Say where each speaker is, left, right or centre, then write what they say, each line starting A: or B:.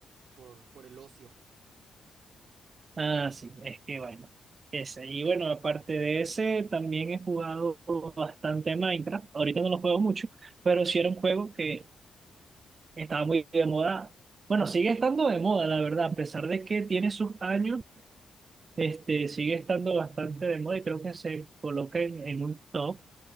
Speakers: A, on the right; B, on the right.
A: por, por el ocio.
B: Ah, sí, es que bueno, ese. Y bueno, aparte de ese, también he jugado bastante Minecraft. Ahorita no lo juego mucho, pero sí era un juego que estaba muy de moda. Bueno, sigue estando de moda, la verdad, a pesar de que tiene sus años, este, sigue estando bastante de moda y creo que se coloca en, en un top